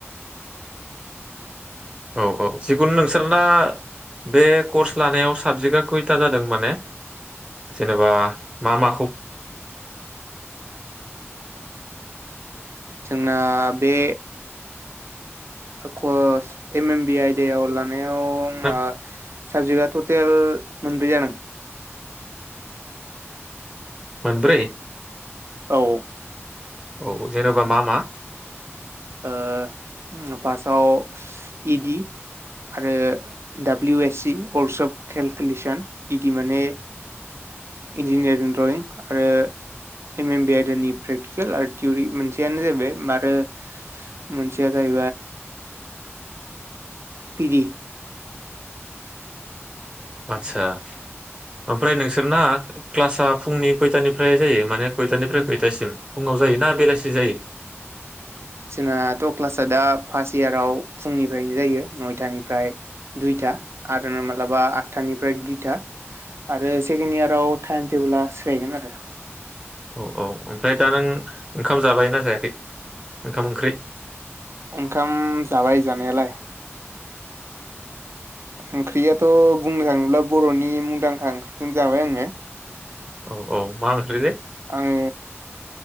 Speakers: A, on the right; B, on the right.
A: औ औ जिखुनु नोंसोरना बे कर्स लानायाव साबजेक्टआ खयथा जादों माने? जेनेबा मा माखौ
B: जोंना बे कर्स एम एम बि आयदायाव लानायाव आंना
A: नांगौ
B: साबजेक्टआ टटेल मोनब्रै जादों।
A: मोनब्रै?
B: औ।
A: औ जेन'बा मा मा?
B: ओ फार्सआव इ डि आरो W S works of calculation, E D माने इन्जिनियारिं ड्रयिं आरो एम एम बि आइदनि प्रेकटिकेल आरो थिउरि मोनसेयानो जाबाय आरो मोनसेया जाहैबाय पि दि
A: आतसा। ओमफ्राय नोंसोरना क्लासा फुंनि खयथानिफ्राय जायो माने खयथानिफ्राय खयथासिम फुङाव जायो ना बेलासि जायो?
B: जोंनाथ' क्लासआ दा फार्स्ट इयाराव फुंनिफ्रायनो जायो नयथानिफ्राय दुइथा आरो मालाबा आततानिफ्राय दुइथा। आरो सेक्ण्ड इयाराव टाइम टे बोला सोलायगोन आरो।
A: औ औ ओमफ्राय दा नों ओंखाम जाबाय ना जायाखै? ओंखाम ओंख्रि
B: ओंखाम जाबाय जानायालाय ओंख्रियाथ' बुंनो थाङोब्ला बर'नि मुंदांखा ओंख्रिखौनो जाबाय आङो।
A: औ औ मा ओंख्रिलै?
B: आङो